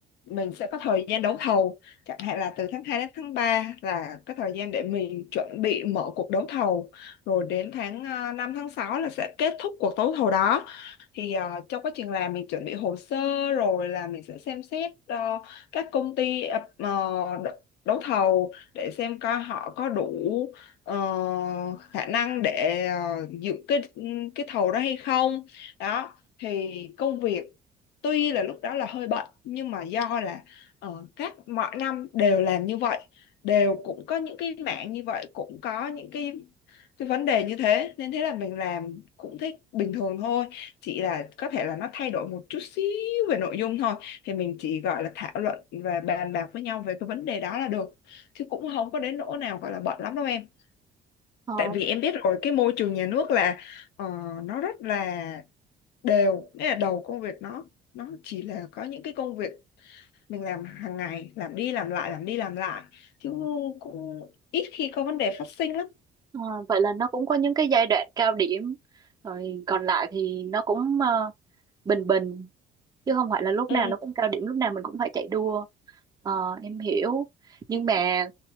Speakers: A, on the left (about 85°); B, on the right (about 20°).
A: mình sẽ có thời gian đấu thầu chẳng hạn là từ tháng 2 đến tháng 3 là cái thời gian để mình chuẩn bị mở cuộc đấu thầu rồi đến tháng ờ, năm tháng 6 là sẽ kết thúc cuộc đấu thầu đó thì ờ, trong quá trình làm mình chuẩn bị hồ sơ rồi là mình sẽ xem xét ờ, các công ty ờ, ờ, đ- đấu thầu để xem coi họ có đủ ờ, khả năng để ờ, dự cái cái thầu đó hay không đó thì công việc tuy là lúc đó là hơi bận nhưng mà do là ờ, các mọi năm đều làm như vậy đều cũng có những cái mảng như vậy cũng có những cái cái vấn đề như thế nên thế là mình làm cũng thích bình thường thôi chỉ là có thể là nó thay đổi một chút xíu về nội dung thôi thì mình chỉ gọi là thảo luận và bàn bạc với nhau về cái vấn đề đó là được chứ cũng không có đến nỗi nào gọi là bận lắm đâu em
B: Ờ,
A: tại vì em biết rồi cái môi trường nhà nước là ờ, nó rất là đều nghĩa là đầu công việc nó nó chỉ là có những cái công việc mình làm hàng ngày làm đi làm lại làm đi làm lại chứ cũng ít khi có vấn đề phát sinh lắm
B: ờ, vậy là nó cũng có những cái giai đoạn cao điểm rồi còn lại thì nó cũng ờ, bình bình chứ không phải là lúc
A: ừ
B: nào nó cũng cao điểm lúc nào mình cũng phải chạy đua Ờ, em hiểu nhưng mà